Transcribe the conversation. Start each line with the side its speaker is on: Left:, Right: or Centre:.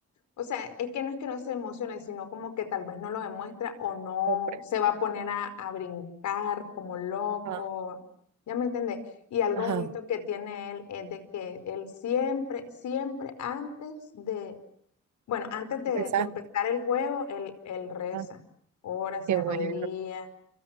Left: o sea, es que no es que no se emocione, sino como que tal vez no lo demuestra o no
Right: Sorpresa.
Left: se va a poner a, a brincar como loco,
Right: Ah,
Left: ¿ya me entendés? Y algo
Right: ajá,
Left: bonito que tiene él es de que él siempre, siempre antes de, bueno, antes de,
Right: empezaste.
Left: de empezar el juego, él, él reza,
Right: Ah,
Left: ora, se
Right: qué
Left: arrodilla
Right: bueno,